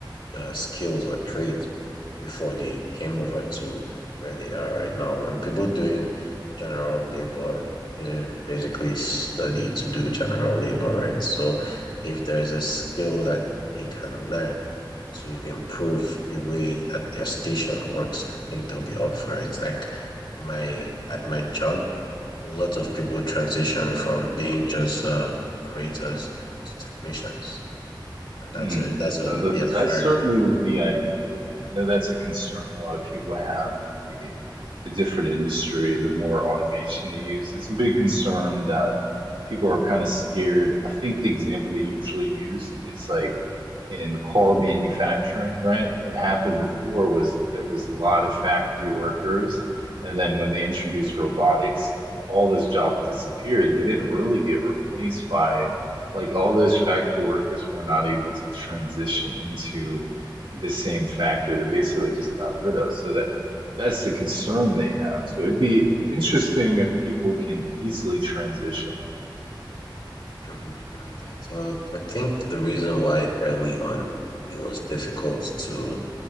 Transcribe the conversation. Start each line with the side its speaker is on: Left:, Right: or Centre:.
Left: uh, skills or trades before they came over to where they are right now. And people doing general labor didn't basically study to do general labor, right? So if there's a skill that they can learn to improve the way that their station works, I think they'll be up for it. It's like my at my job, a lot of people transition from being just uh, operators to technicians. And that's
Right: Hmm.
Left: a that's a
Right: Uh, th-
Left: yes,
Right: That
Left: very
Right: certainly
Left: good.
Right: would be ideal. I know that's a concern a lot of people have. The, the different industry, the more automation they use, it's a big concern that people are kind of scared. I think the example they usually use is like in car manufacturing, right? What happened before was there was a lot of factory workers, and then when they introduced robotics, all those jobs disappeared. They didn't really get replaced by like all those factory workers were not able to transition into the same factory that basically just got rid of. So that that's the concern they have. So it'd be interesting if people can easily transition. Like,
Left: Sure, I agree with that. Uh, I think the reason why early on it was difficult to